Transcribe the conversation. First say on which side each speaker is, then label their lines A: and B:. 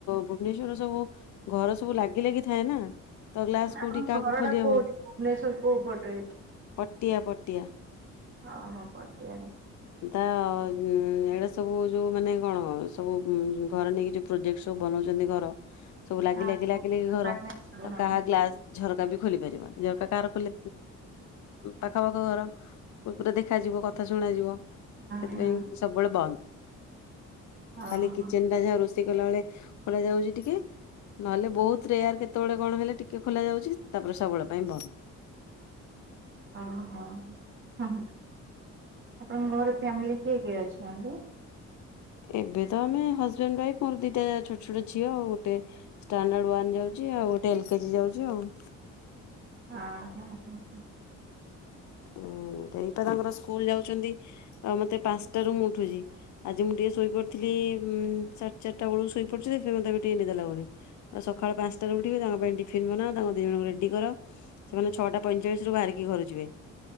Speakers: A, on the left; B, on the right.
A: ଭୁବନେଶ୍ୱର ସବୁ ଘର ସବୁ ଲାଗି ଲାଗି ଥାଏ ନା ତ ଗ୍ଲାସ
B: ଆପଣଙ୍କ
A: କୋଉଠି କାହାକୁ
B: ଘର
A: ଖୋଲି
B: ଟା କୋଉଠି
A: ହବ।
B: ଭୁବନେଶ୍ଵର କୋଉ ପଟେ
A: ପଟିଆ ପଟିଆ
B: ଅହ ପଟିଆରେ
A: ତା ଉ ଏଇଡା ସବୁ ଯୋଉ ମାନେ କଣ ସବୁ ଘରେ ନେଇକି ଯୋଉ ପ୍ରୋଜେକ୍ଟ ସବୁ ବନଉ ବନଉଛନ୍ତି ଘର ସବୁ ଲାଗି
B: ହଁ
A: ଲାଗି
B: ହଁ
A: ଲାଗି ଲାଗି
B: ଆପାର୍ଟମେଣ୍ଟ
A: ଘର
B: ସବୁ
A: ତ
B: ହଁ
A: କାହା ଗ୍ଲାସ ଝରକା ବି ଖୋଲି ପାରିବନି। ଝରକା କାହାର ଖୋଲି ପାଖପାଖି ଘର ପୁରା ଦେଖାଯିବ କଥା କଥା ଶୁଣାଯିବ ସେଥିପାଇଁ
B: ହଁ ହଁ।
A: ସବୁବେଳେ ବନ୍ଦ
B: ଓହୋ
A: ଖାଲି କିଚେନା ଯାହା ରୋଷେଇ ରୋଷେଇ କଲା ବେଳେ ଖୋଲା ଯାଉଛି ଟିକେ ନହେଲେ ବହୁତ ରେୟାର କେତେବେଳେ କଣ ହେଲେ ଟିକେ ଖୋଲା ଯାଉଛି। ତାପରେ ସବୁବେଳ ପାଇଁ ବନ୍ଦ।
B: ଓହୋ। ହଁ ଆପଣଙ୍କ ଘର ଫେମିିଲି କିଏ କିଏ ଅଛନ୍ତି?
A: ଏବେ ତ ଆମେ ହଜବେଣ୍ଡ ୱାଇଫ୍ ମୋର ଦିଟା ଛୋଟ ଛୋଟ ଝିଅ ଆଉ ଗୋଟେ ଷ୍ଟାନଡ଼ାଡ୍ ୱାନ ରେ ଯାଉଛି। ଆଉ ଗୋଟେ ଏଲ୍ କେଜି ଯାଉଛି ଆଉ।
B: ହଁ ହଁ ହଁ ହ।
A: ହୁଁ ଏଇଟା ତାଙ୍କର ଷ୍କୁ ସ୍କୁଲ ଯାଉଛନ୍ତି ଆ ମତେ ପାଞ୍ଚଟାରୁ ମୁଁ ଉଠୁଛି ଆଜି ମୁଁ ଟିକେ ଶୋଇପଡିଥିଲି ସାଢ଼େ ସାଢ଼େ ଚାରିଟା ବେଳକୁ ଶୋଇପଡୁଛି ଯେ ସେଥିପାଇଁ ମତେ ଟିକେ ନିଦ ଲାଗୁନି। ତ ସକାଳ ପାଞ୍ଚଟାରୁ ଉଠିବି ତାଙ୍କ ପାଇଁ ଟିଫନ୍ ବନା ତାଙ୍କ ବ୍ୟାଗ୍ ତାଙ୍କୁ ରେଡି କର ସେମାନେ ଛଅଟା ପଇଁଚାଳିଶ ରୁ ବାହାରିକି ଘରୁ ଯିବେ।